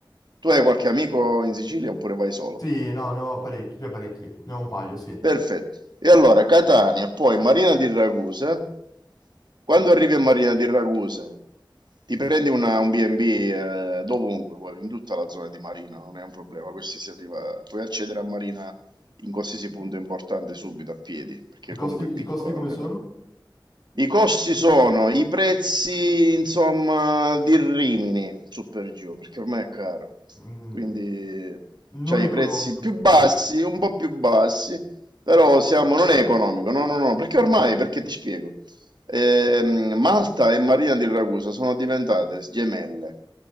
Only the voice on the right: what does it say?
Tu hai qualche amico in Sicilia oppure vai solo?
Perfetto. E allora, Catania, poi Marina di Ragusa. Quando arrivi a Marina di Ragusa, Ti prendi una- un B&B eh, dovunque, vuoi, in tutta la zona di Marina, non è un problema, questi si arriva, puoi accedere a Marina in qualsiasi punto importante subito a piedi, perché
comunque è
piccolo,
non
è i costi sono i prezzi, insomma, di Rimini, su per giù, perché ormai è caro.
Quindi c'hai
i
prezzi più bassi, un po' più bassi, però siamo, non è economico, no, no, no, perché ormai, perché ti spiego, ehm, Malta e Marina di Ragusa sono diventate gemelle.